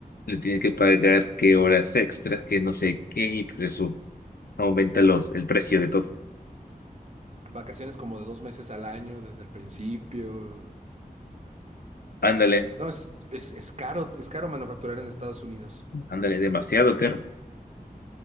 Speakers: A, on the left; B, on the right.
A: le tienes que pagar qué horas extras, que no sé qué, y pues eso aumenta los, el precio de todo.
B: Vacaciones como de dos meses al año desde el principio.
A: Ándale,
B: No, es, es, es caro, es caro manufacturar en Estados Unidos.
A: ándale, demasiado caro.